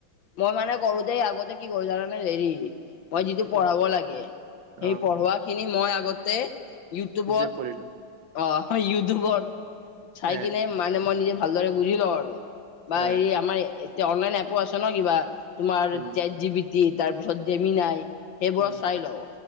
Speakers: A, on the left; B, on the right.
A: মই মানে কৰো দেই আগতে কি কৰো জানানে হেৰি। মই যিটো
B: কি
A: পঢ়াব লাগে সেই
B: অ
A: পঢ়োৱা খিনি মই আগতে ইউটিউবত
B: নিজে পঢ়িলো
A: অ ইউটিউবত চাই
B: এ
A: কিনে মানে মই নিজে ভালদৰে বুজি লওঁ আৰু বা
B: এ
A: হেৰি আমাৰ এতিয়া অনলাইন এপো আছে ন কিবা তোমাৰ
B: উম
A: তেট জি বি টি তাৰ পিছত জেমিন আাই সেইবোৰত
B: উম
A: চাই লওঁ।